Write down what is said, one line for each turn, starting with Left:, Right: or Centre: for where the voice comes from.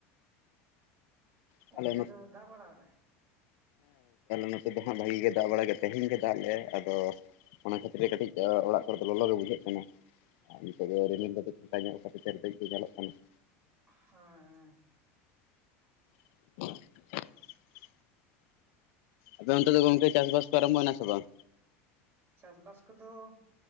Left: <unintelligible>
Right: ᱚᱱᱛᱮ
Left: ᱦᱮᱸ ᱟᱞᱮ
Right: ᱫᱚ ᱫᱟᱜ ᱵᱟᱲᱟ ᱞᱮᱫᱟᱭ ᱦᱮᱸ
Left: ᱱᱚᱛᱮ ᱫᱚ ᱦᱟᱸᱜ ᱵᱷᱟᱜᱤ ᱜᱮ ᱫᱟᱜ ᱵᱟᱲᱟᱜ ᱜᱮ ᱛᱮᱦᱮᱧ ᱜᱮ ᱫᱟᱜ ᱞᱮᱭᱟ ᱟᱫᱚ ᱚᱱᱟ ᱠᱷᱟᱹᱛᱤᱨ ᱠᱟᱹᱴᱤᱡ ᱚᱲᱟᱜ ᱠᱚᱨᱮ ᱫᱚ ᱞᱚᱞᱚ ᱜᱮ ᱵᱩᱡᱷᱟᱹᱜ ᱠᱟᱱᱟ᱾ ᱟᱨ ᱱᱤᱛᱚᱜ ᱫᱚ ᱨᱤᱢᱤᱞ ᱠᱟᱴᱤᱡ ᱯᱷᱟᱧᱚᱜ ᱠᱷᱟᱹᱛᱤᱨ ᱛᱮᱨᱫᱮᱡ ᱜᱮ ᱧᱮᱞᱚᱜ ᱠᱟᱱᱟ ᱾
Right: <unintelligible>
Left: <unintelligible> ᱟᱫᱚ ᱚᱱᱛᱮ ᱫᱚ ᱜᱚᱢᱠᱮ ᱪᱟᱥᱵᱟᱥ ᱠᱚ ᱟᱨᱟᱢᱵᱷᱭᱱᱟ ᱥᱮ ᱵᱟᱝ?
Right: ᱪᱟᱥ ᱵᱟᱥ ᱠᱚᱫᱚ